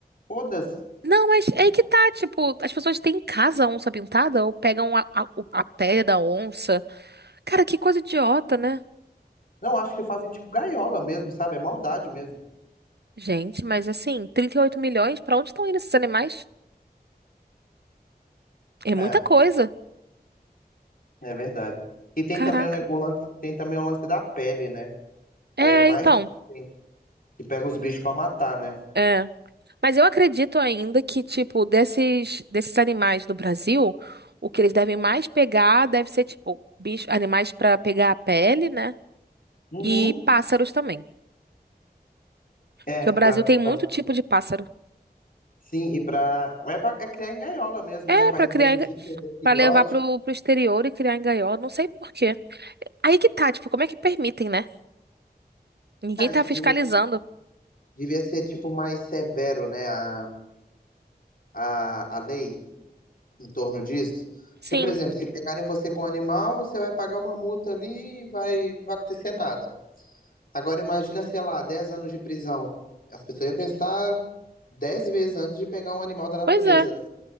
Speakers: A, on the left (about 60°); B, on the right (about 80°).
A: Foda-se.
B: Não, mas é aí que tá, tipo, as pessoas têm em casa a onça pintada ou pegam a, a, o- a pele da onça. Cara, que coisa idiota, né?
A: Não, acho que fazem tipo gaiola mesmo, sabe? É maldade mesmo.
B: Gente, mas assim, 38 milhões, pra onde estão indo esses animais? É
A: É.
B: muita coisa.
A: É verdade. E tem
B: Caraca.
A: também o, ne- o lance, tem também o lance da pele, né?
B: É,
A: Que é mais
B: então,
A: que tem, que pega os bichos pra matar, né?
B: é. Mas eu acredito ainda que, tipo, desses, desses animais do Brasil, o que eles devem mais pegar deve ser, tipo, bicho, animais pra pegar a pele, né?
A: Uhum.
B: E pássaros também.
A: É,
B: Porque o Brasil
A: pra,
B: tem muito
A: pra-
B: tipo de pássaro.
A: sim, e pra. É, pra, é criar em gaiola mesmo,
B: É,
A: né? Pra
B: pra
A: reproduzir,
B: criar.
A: vender filhote.
B: Pra levar pro, pro exterior e criar em gaiola, não sei por quê. Aí que tá, tipo, como é que permitem, né? Ninguém
A: Cara,
B: tá
A: isso
B: fiscalizando.
A: devia, devia ser tipo mais severo, né? A, a, a lei em torno disso.
B: Sim,
A: Porque, por exemplo, se pegarem você com um animal, você vai pagar uma multa ali e vai, não vai acontecer nada. Agora imagina, sei lá, 10 anos de prisão. As pessoas iam pensar 10 vezes antes de pegar um animal da natureza,
B: pois é,
A: né?